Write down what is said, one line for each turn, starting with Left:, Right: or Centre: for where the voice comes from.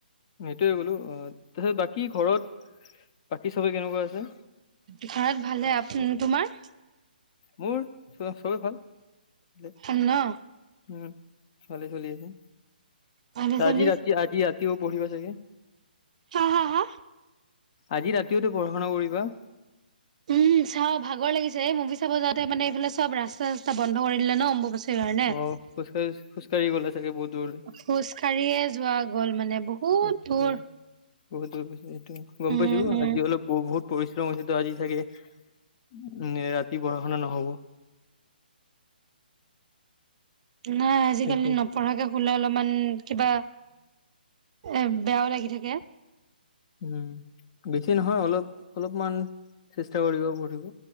Left: সেইটোয়ে গলো অ তাৰপিছত বাকী ঘৰত বাকী চবে কেনেকুৱা আছে।
Right: ঘৰত ভালে আপ তোমাৰ?
Left: মোৰ সবেই ভাল। উম
Right: ভাল ন
Left: ভালে চলি আছে
Right: ভালে চলি
Left: আজি ৰাতি আজি ৰা তিও পঢ়িবা চাগে?
Right: হা হা হা?
Left: আজি ৰাতিওতো পঢ়া শুনা কৰিবা?
Right: উম চাওঁ ভাগৰ লাগিছে মুভি চাব যাওঁতে মানে এইফালে চব ৰাস্তা চাস্তা বন্ধ কৰি দিলে ন অম্বাচ ণে
Left: অ
Right: খোজকাাঢ়িয়ে
Left: খোজকাঢ়ি খোজকাঢ়ি গ'লা চাগে বহুত দূৰলৈ
Right: যোৱা গ'ল মানে বহুত
Left: আচ্ছা
Right: দূৰ
Left: বহুত দূৰ পৈছে সেইটো গম
Right: উম
Left: পাইছো
Right: উম
Left: আজি অলপ বহুত বহুত পৰিশ্ৰম হৈছেতো আজি চাগে উম ৰাতি পঢ়া শুনা নহ'ব।
Right: <inaudible> নাই আজিকালি
Left: সেইটোৱে
Right: নপঢ়াকে খোলে অলপমান কিবা এ বেয়াও লাগি থাকে।
Left: উম বেছি নহয় অলপ অলপমান চেষ্টা কৰিব পঢ়িব